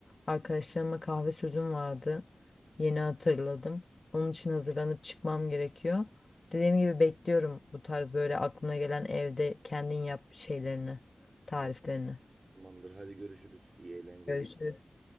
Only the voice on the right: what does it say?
Tamam. Tamamdır. Hadi görüşürüz. İyi eğlenceler.